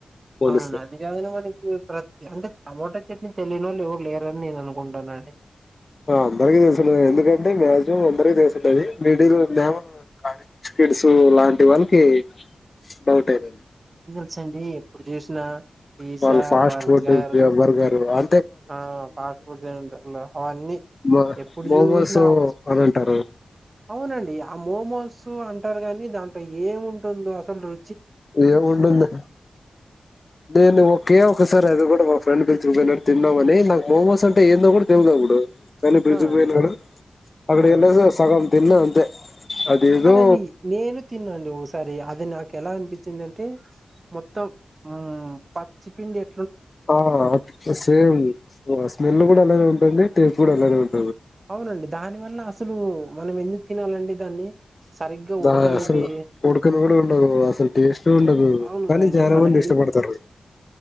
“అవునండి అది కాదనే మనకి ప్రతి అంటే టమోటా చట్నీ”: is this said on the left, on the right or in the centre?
Right